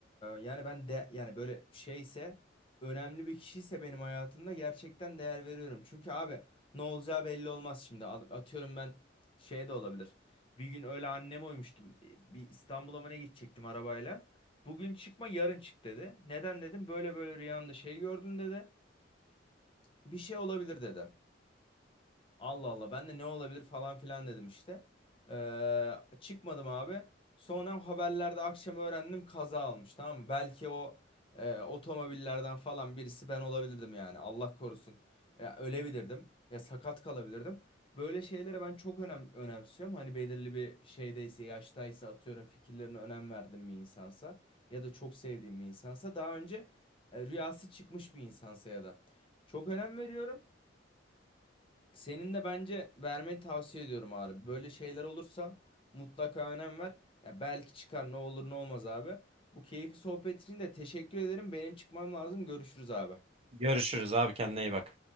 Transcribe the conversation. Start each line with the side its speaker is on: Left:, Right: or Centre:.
Left: yani ben de yani böyle şeyse önemli bir kişiyse benim hayatımda gerçekten değer veriyorum. Çünkü abi ne olacağı belli olmaz şimdi. At- Atıyorum ben şey de olabilir. Bir gün öyle anneme uymuştum. Bir İstanbul'a mı ne gidecektim arabayla. Bugün çıkma yarın çık dedi. Neden dedim böyle böyle rüyamda şey gördüm dedi. Bir şey olabilir dedi. Allah Allah ben de ne olabilir falan filan dedim işte. Ee, çıkmadım abi. Sonra haberlerde akşam öğrendim kaza almış tamam mı? Belki o e, otomobillerden falan birisi ben olabilirdim yani Allah korusun. Ya ölebilirdim ya sakat kalabilirdim. Böyle şeylere ben çok önem önemsiyorum. Hani belirli bir şeydeyse yaştaysa atıyorum fikirlerine önem verdiğim bir insansa ya da çok sevdiğim bir insansa daha önce e, rüyası çıkmış bir insansa ya da çok önem veriyorum. Senin de bence vermeni tavsiye ediyorum abi. Böyle şeyler olursa mutlaka önem ver. Ya belki çıkar ne olur ne olmaz abi. Bu keyifli sohbet için de teşekkür ederim. Benim çıkmam lazım. Görüşürüz abi.
Right: Görüşürüz abi kendine iyi bak.